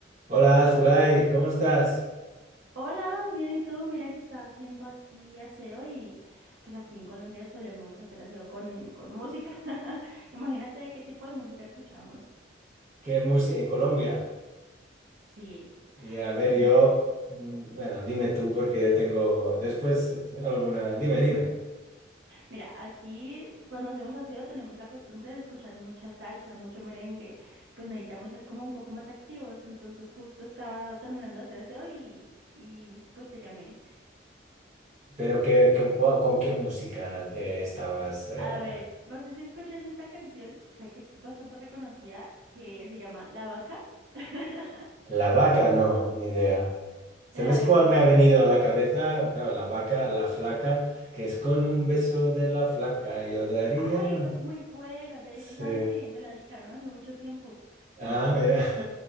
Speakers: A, on the right; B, on the right.
A: Hola, Zulay, ¿cómo estás?
B: Hola, bien, ¿y tú? Mira que estaba haciendo aquí aseo y pues aquí en Colombia solemos hacer aseo con, con música. <laughs> Imagínate qué tipo de música escuchamos.
A: ¿Qué música en Colombia?
B: Sí,
A: Y a ver,
B: pues
A: yo,
B: mira,
A: mm, bueno, dime tú porque yo tengo después eh, alguna, dime, dime,
B: mira, aquí cuando hacemos aseo tenemos la costumbre de escuchar mucha salsa, mucho merengue, pues necesitamos ser como un poco más activos. Entonces justo estaba terminando de hacer aseo y, y pues te llamé.
A: pero qué, qué- cua- ¿con qué música te estabas? eh?
B: A ver, no sé si escuches esta canción, sé que es bastante reconocida, que se llama La Vaca. <laughs>
A: La vaca, no, ni idea. ¿Sabes
B: Eh, a ver,
A: cuál
B: te...
A: me ha venido a la cabeza? Claro, la vaca, la flaca, que es con un beso de la flaca, yo daría...
B: Ay, esta es muy buena. De
A: Sí.
B: hecho, esa me, me la dedicaron hace mucho tiempo.
A: Ah,
B: No entiendo
A: mira.
B: por qué.